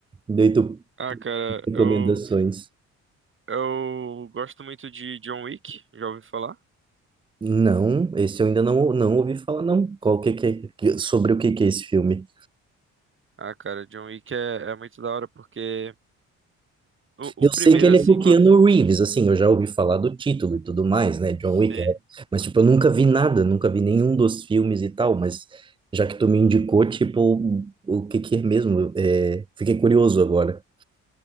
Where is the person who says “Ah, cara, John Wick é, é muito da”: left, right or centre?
Right